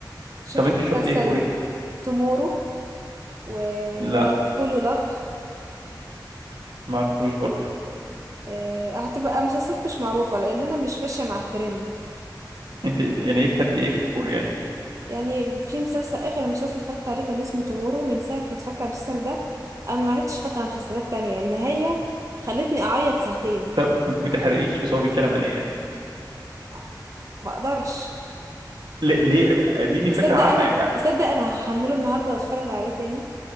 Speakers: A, on the right (about 45°); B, on the right (about 80°).
A: شفت
B: طب انت
A: مسلسل
B: شفت ايه كوري
A: تومورو ولا
B: لا
A: هولو لاف
B: ما اعرفوش برضو
A: آه، هتبقى مسلسلات مش معروفة لأن أنا مش ماشية مع الترند
B: انت يعني ايه بتحبي ايه في الكوري يعني
A: يعني في مسلسل اخر مسلسل اتفرجت عليه كان اسمه تومورو من ساعه ما اتفرجت على المسلسل ده انا ما عرفتش اتفرج على مسلسلات تانية النهايه خلتني اعيط ساعتين
B: طب ما تحرقيش بس هو بيتكلم عن ايه يعني
A: ما ما اقدرش
B: ليه ليه اديني فكره
A: اصدق
B: عامه
A: انا
B: يعني
A: اصدق انا هحمله النهارده واتفرج عليه تاني